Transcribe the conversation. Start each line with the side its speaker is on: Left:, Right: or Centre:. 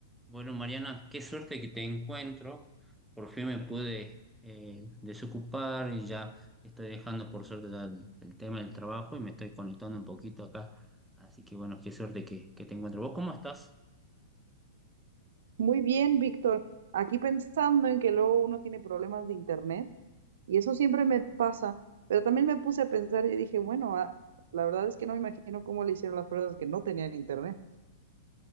Centre: Bueno, Mariana, qué suerte que te encuentro. Por fin me pude eh, desocupar y ya estoy dejando por suerte ya el, el tema del trabajo y me estoy conectando un poquito acá. Así que bueno, qué suerte que, que te encuentro. ¿Vos cómo estás?
Right: Muy bien, Víctor. Aquí pensando en que luego uno tiene problemas de internet y eso siempre me pasa, pero también me puse a pensar y dije, bueno, ah, la verdad es que no me imagino cómo le hicieron las personas que no tenían internet.